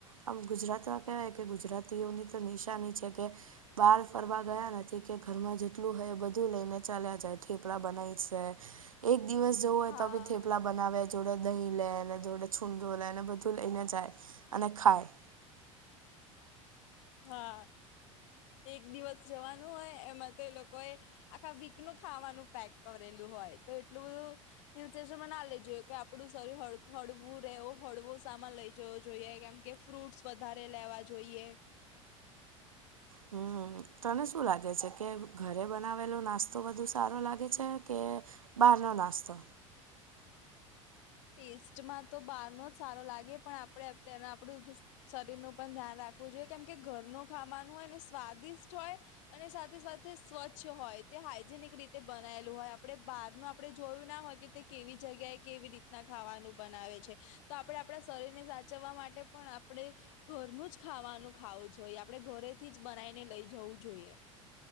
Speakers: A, on the right; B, on the left.
A: આમ ગુજરાતમાં કહેવાય કે ગુજરાતીઓની તો નિશાની છે કે બહાર ફરવા ગયા નથી કે ઘરમાં જેટલું હોય બધું લઈને ચાલ્યા જાય ઠેપલા બનાય છે એક દિવસ જવો હોય
B: હા.
A: તો બી થેપલા બનાવે જ જોડે દહીં લે ને જોડે છૂંદો લે ને બધું લઈને જાય અને ખાય
B: હા એક દિવસ જવાનું હોય એમાં તો એ લોકો એ આખા વીક નું ખાવાનું પેક કરેલું હોય તો એટલું બધું હિલ સ્ટેશન માં ના લઈ જયો કે આપડું સરી હળ હળવું રહેવો હળવો સામાન લઈ. જો જોઈએ કેમ કે ફ્રૂટસ વધારે લેવા જોઈએ
A: હમ તને શું લાગે છે કે ઘરે બનાવેલો નાસ્તો વધું સારો લાગે છે કે બહાર નો નાસ્તો
B: ટેસ્ટમાં તો બહાર નો જ સારો લાગે પણ આપડે અત્યારે આપણું શરીરનું પણ ધ્યાન રાખવું જોઈએ કેમ કે ઘરનું ખાવાનું હોય ને સ્વાદિષ્ટ હોય અને સાથે સાથે સ્વચ્છ હોય તે હાઈજેનિક રીતે બનાયેલું હોય આપડણે બહારનું આપડણે જોયું ના હોય કે તે કેવી જગ્યા એ કેવી રીતે ના ખાવાનું બનાવે છે તો આપણે આપણા શરીરને સાચવવા માટે પણ આપણે ઘરનું જ ખાવાનું ખાવું જોઈએ આપડણે ઘરેથી જ બનાવીને લઈ જવું જોઈએ.